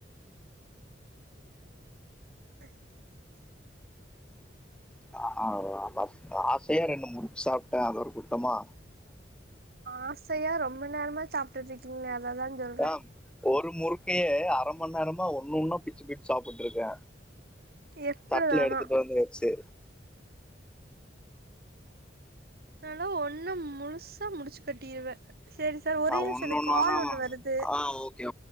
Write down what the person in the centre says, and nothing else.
<unintelligible> இப்பதா ரெண்டு முருக்கு சாப்ட <unintelligible> தமா
மேம் ஒரு முறுக்கையே அரை மணி நேரமா ஒன்னு ஒன்னா பிச்சு பிச்சு சாப்பிட்டு இருக்க
தட்டுல எடுத்துட்டு வந்து வச்சு
நா
ஒண்ணு
ஒன்னா
தா
மேம்
ஆ ஓகே